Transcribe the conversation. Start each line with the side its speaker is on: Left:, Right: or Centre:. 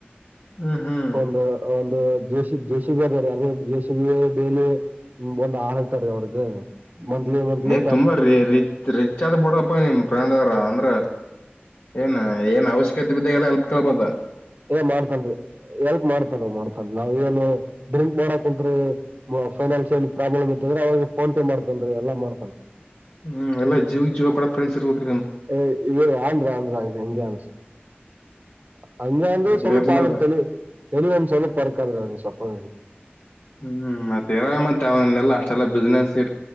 Left: ಹ್ಮ್ ಹ್ಮ್
Right: ಒಂದು ಒಂದು ಜ ಜೆಸಿಬಿ ಅದ ರ ಅದ್ರ ಜೆಸಿಬಿ ಡೈಲಿ ಬಂದ್ ಆಳ್ತಾರೆ ಅವ್ರಗ ಮಂತ್ಲಿ ಮಂತ್ಲಿ
Left: ಏ ತುಂಬಾ ರಿ ರಿಚ್ ರಿಚ್ ಆದ್ ಬಿಡಪ್ಪ ನಿಮ್ ಫ್ರೆಂಡ್ ಅವ್ರ ಅಂದ್ರ ಏನ್ ಏನ್ ಅವಶ್ಯಕತೆ ಬಿದ್ದ ಎಲ್ಲ ಎಲ್ಪ್ ಕಳ್ಬೋದ
Right: ಮಾಡ್ತನ್ೀ ಎಲ್ಪ್ ಮಾಡ್ತನ್ ಮಾಡ್ತನ್ಿ ನಾವವು ಏನು ಡ್ರಿಂಕ್ ಮಾಡಕ್ ಕುಂತ್ರಿ ಫೈನಾನ್ಸಿಯಲ್ ಪ್ರಾಬ್ಲಮ್ ಇತದ್ರ ಅವಾಗ ಫೋನ್ ಪೇ ಮಾಡ್ತನ್ೀ ಎಲ್ಲಾ ಮಾಡ್ತನ್ೀ
Left: ಹ್ಮ್ ಎಲ್ಲ ಜೀವ ಜೀವ ಕೊಡ ಫ್ರೆಂಡ್ಸ್ ಇರ್ಬೇಕು
Right: ಏ ಇದು ಅನ್ ರಾಂಗ್ ರಾಂಗ್ ಎಂಗಾಮಸ್ ಹಂಗ ಅಂದ್ರೆ
Left: ಇರ್ಲಿ
Right: ಸ್ವಲ್ಪ
Left: ಇರ್ಲದ
Right: ಆದ್ರೆ ತಲಿ ತಲಿ ಒಂದ್ ಸ್ವಲ್ಪ ಅರ್ಕ ಅದ ಅವನೀಗ ಸಪಗರೇ
Left: ಹ್ಮ್ ಮತ್ತರ ಮತ್ತೆ ಅವೆಲ್ಲ ಅಷ್ಟೆಲ್ಲ ಬಿಸ್ನೆಸ್ ಇ